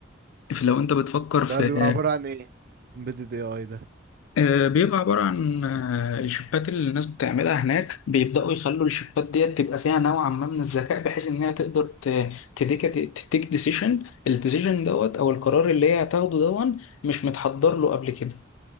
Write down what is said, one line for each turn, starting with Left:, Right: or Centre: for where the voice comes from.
Left: لو انت بتفكر
Right: ده
Left: في
Right: بيبقى عباره عن ايه امبيدد اي اي ده
Left: آه، بيبقى عبارة عن آه، الشيبات اللي الناس بتعملها هناك بيبدأوا يخلوا الشيبات ديت تبقى فيها نوعا ما من الذكاء بحيث إنها تقدر ت- تديك تتيك ديسيشن الديسيشن دوت أو القرار اللي هي هتاخده دون مش متحضر له قبل كده